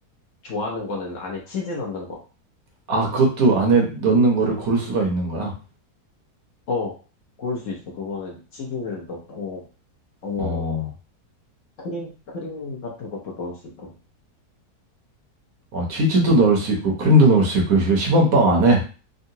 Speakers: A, on the left (about 60°); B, on the right (about 65°).
A: 좋아하는 거는 안에 치즈 넣는 거.
B: 아, 그것도 안에 넣는 거를 고를 수가 있는 거야.
A: 어 고를 수 있어. 그거는 치즈를 넣고 아니면
B: 어,
A: 뭐 뭐 크림 크림 같은 것도 넣을 수 있고.
B: 어, 치즈도 넣을 수 있고, 크림도 넣을 수 있고, 10원 빵 안에.